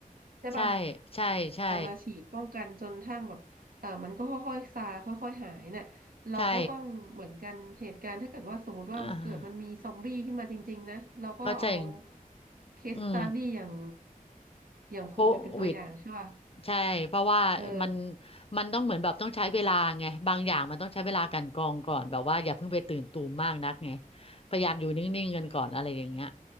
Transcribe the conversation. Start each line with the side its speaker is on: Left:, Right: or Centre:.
Right: ใช่ป่ะ
Left: ใช่ใช่ใช่
Right: มามาฉีดป้องกันจนทั้งแบบเออมันก็ค่อยๆซาค่อยๆหายน่ะ เราก็ต้องเหมือนกันเหตุการณ์ถ้าเกิดว่าสมมติว่าเกิดมันมีซอมบี้ขึ้นมาจริงๆนะเราก็เอา
Left: ใช่อ่าก็จริง
Right: เคสสตัดดี้อย่าง
Left: อืม
Right: อย่างโควิดเป็นตัวอย่างใช่ป่ะ
Left: โควิดใช่เพราะว่ามัน
Right: เออ
Left: มันต้องเหมือนแบบต้องใช้เวลาไงบางอย่างมันต้องใช้เวลากลันกรองก่อนแบบว่าอย่าเพิ่งไปตื่นตูมมากนักไงพยายามอยู่นิ่งๆกันก่อนอะไรอย่างเงี้ย